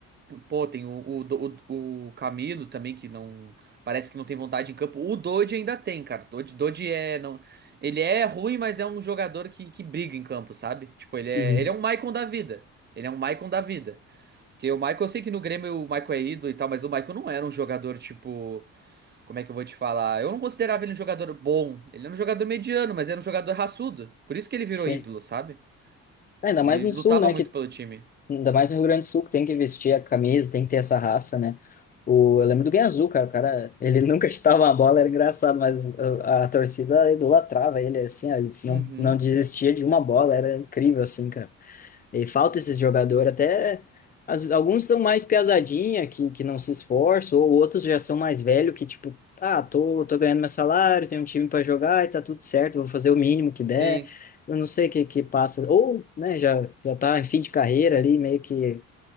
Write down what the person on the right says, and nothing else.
pô, tem o, o, o, o Camilo também, que não, parece que não tem vontade em campo. O Dodge ainda tem, cara. Dodge, Dodge é, não, ele é ruim, mas é um jogador que, que briga em campo, sabe? Tipo, ele é,
ele é um Maicon da vida. Ele é um Maicon da vida. Porque o Michael, eu sei que no Grêmio o Michael é ídolo e tal, mas o Michael não era um jogador tipo. Como é que eu vou te falar? Eu não considerava ele um jogador bom. Ele era um jogador mediano, mas era um jogador raçudo. Por isso que ele virou
ídolo, sabe?
Ele
lutava
muito
pelo time.
Uhum.
Sim.